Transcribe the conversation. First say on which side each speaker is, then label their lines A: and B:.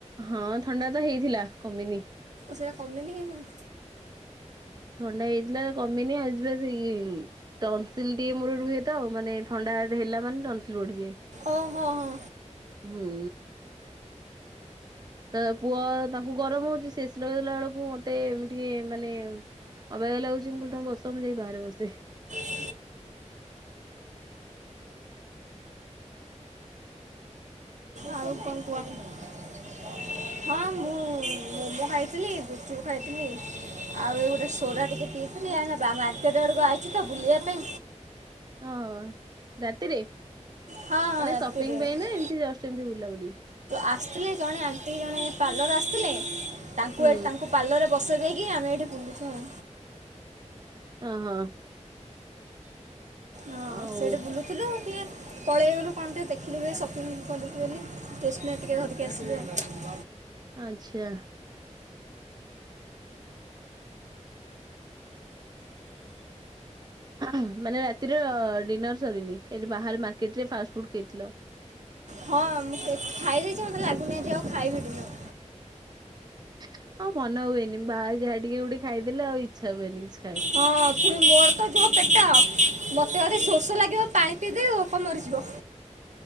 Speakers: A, on the right; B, on the right.
A: ହଁ ଥଣ୍ଡା ତ ହେଇଥିଲା କମିନୀ।
B: ସେଠା କାମିନୀ କି। <inaudible>
A: ଥଣ୍ଡା ହେଇଥିଲା କମିନି ଆସିବା ସେଇ <inaudible> ଟନସିଲ ଟିକେ ମୋର ରୁହେ ତ ଆ ମାନେ ଥଣ୍ଡା ହେଲା ମାନେ ଟନସିଲ ବଢିଯଏ।
B: ଓଁ ହୋ ହଁ।
A: ହୁଁ। ତ ପୁଅ ତାଙ୍କୁ ଗରମ ହଉଛି ସିଏ ଏସି ଲଗେଇଦଲା ବେଳକୁ ମତେ ଏମିଟିକ। ମାନେ ଅବେଗା ଲାଗୁଛି ମୁଁ କହିଲି ତମ ବସ ମୁଁ ଯାଇ ବାହାରେ ବସେ।
B: <inaudible> <inaudible> ଆଉ କଣ କୁହ। <inaudible> ହଁ ମୋମୋ ଖାଇଥିଲି ଗୁପ୍ ଚୁପ ଖାଇଥିଲି। ଆଉ ଏ ଗୋଟେ ସୋରା ଟିକେ ପିଇଥିଲି ଆ ମାର୍କେଟ ଆଡକୁ ଆଇଛି ତ ବୁଲିବା। ପାଇଁ
A: ହଁ ରାତିରେ
B: ହଁ ହଁ
A: ମାନେ
B: ରାତିରେ
A: ସପିଙ୍ଗ ପାଇଁ
B: ଆଉ
A: ନା ଏମତି ଜଷ୍ଟ ଏମତି ବୁଲା ବୁଲି।
B: ଆସିଥିଲେ ଜଣେ ଆଣ୍ଟି ଜଣେ ପାର୍ଲର ଆସିଥିଲେ ତାଙ୍କୁ
A: ହୁଁ
B: ଏ ତାଙ୍କୁ ପାର୍ଲରରେ ବସେଇ ଦେଇକି ଆମେ ଏଇଠି ବୁଲୁଛୁ ଆଉ।
A: ହ ହଁ।
B: ହଁ
A: ଆଉ
B: ସେଇଟି ବୁଲୁଥିଲୁ ଟିକିଏ। ପଳେଇଗଲୁ କଣ ଟିକେ ଦେଖିଲୁ ବୋଲି ସପିଂ କରିବୁ ବୋଲୀ ଟେସ୍ ନାରି ଟିକେ ଧରିକି ଆସିଲୁ ଆଉ।
A: ଆଛା। ହଁ ମାନେ ରାତିର ଡିନର ସରିନି ଖାଲି ବାହାରେ ମାର୍କେଟରେ ଫାଷ୍ଟ ଫୁଡ ଖାଇଥିଲ।
B: ହଁ ମୁଁ ଖାଇ ଦେଇଛି ମତେ ଲାଗୁନାହିଁ ଆଜି ଆଉ ଖାଇବି ଡିନର
A: ହଉ ମନ ହୁଏନି ବାହାରେ ଯାହା ଟିକେ ଗୋଟେ ଖାଇଦେଲେ ଆଉ ଇଚ୍ଛା ହୁଏନିକିଛି।
B: ହଁ ପୁଣି ମୋର ତ ଯୋଉ ପେଟ ମତେ ଯଦି ଶୋଷ ଲାଗିବ ପାଣି ପଇ ଦେବୀ ଭୋକ ମରିଯିବା।